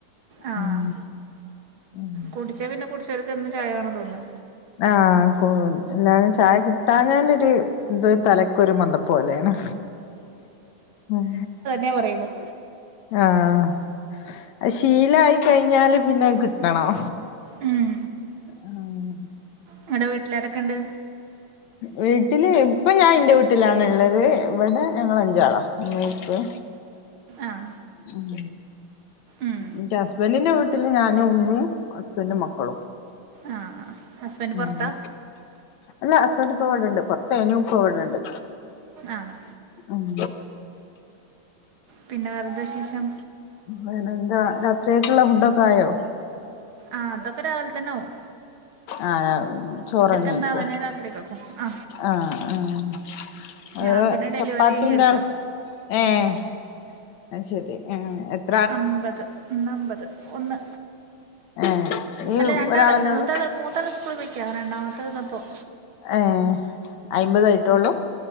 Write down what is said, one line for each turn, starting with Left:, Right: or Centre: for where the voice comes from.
Right: ആഹ്.
Left: ഉം ഉം
Right: കുടിച്ചാ പിന്നെ കുടിച്ചവർക്ക് എന്നും ചായ വേണം തോന്നും.
Left: ആഹ് ക്കു എന്നാലും ചായ കിട്ടാഞ്ഞാലൊര് എന്തോരു തല ക്കൊരു മന്തപ്പ് പോലെയാണ്. ഉം
Right: ന്ന് പറയുമ്പഴ്
Left: ആഹ് അത് ശീലായി കഴിഞ്ഞാല് പിന്നെ അഹ് കിട്ടണം.
Right: ഉം.
Left: ആഹ്
Right: ഇങ്ങടെ വീട്ട്ലാരെക്കെണ്ട്?
Left: വീട്ടില് ഇപ്പ ഞാ ഇന്റെ വീട്ടിലാണ് ഇള്ളത്. ഇവിടെ ഞങ്ങളഞ്ചാള ഇമ്മീഇപ്പീ
Right: ആഹ്
Left: ഉം
Right: ഉം
Left: ഇന്റെ ഹസ്ബൻഡിന്റെ വീട്ടില് ഞാനും ഉമ്മിം ഹസ്ബൻഡും മക്കളും.
Right: ആഹ് ഹസ്ബൻഡ്
Left: ഉം
Right: പൊറത്താ
Left: അല്ല ഹസ്ബൻഡ്പ്പോ ഇവടണ്ട്. പൊർത്തേനു ഇപ്പൊ ഇവടെണ്ട്.
Right: ആഹ്.
Left: ഉം.
Right: പിന്നെ വേറെന്താ വിശേഷം?
Left: വേറെന്താ രാത്രിയേക്ക്‌ള്ള ഫുഡൊക്കായോ?
Right: ആഹ് അതൊക്കെ രാവിൽതന്നാവും.
Left: ആഹ് രാവ് ചോറന്നേക്കും?
Right: എന്താ തന്നെ രാത്രികൾക്കും ആ
Left: ആഹ് ആഹ്. വേറെ
Right: ഞാൻ പിന്നെ ഡെലിവറി
Left: ചപ്പാത്തിന്റെ
Right: കഴിഞ്ഞ് കിടക്കുക
Left: ആൾ ഏഹ് അത്ശരി ഏഹ് എത്.
Right: അമ്പത് ഇന്നമ്പത് ഒന്ന്
Left: ഏഹ് ഈ
Right: അല്ല രണ്ടാള്
Left: ഒരാളന്നെ
Right: മൂത്താള്
Left: ഉള്ളു
Right: മൂത്താള് സ്കൂളിപെയ്ക്കാ. രണ്ടാമത്തേഹ്ത ഇപ്പം.
Left: ഏഹ് അയിമ്പതായിട്ടൊള്ളൂ?